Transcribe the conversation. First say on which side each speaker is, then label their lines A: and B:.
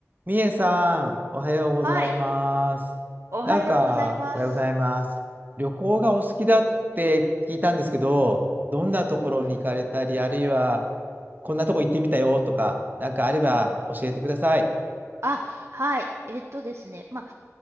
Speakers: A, on the right; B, on the right.
A: みえさん、おはようございます。
B: はい。おはようございます。
A: なんか、おはようございます。旅行がお好きだって聞いたんですけど、どんなところに行かれたり、
B: うんうん。
A: あるいは、こんなとこ行ってみたよとか、なんかあれば教えてください。
B: うんうん。あ、はい。えっとですね。ま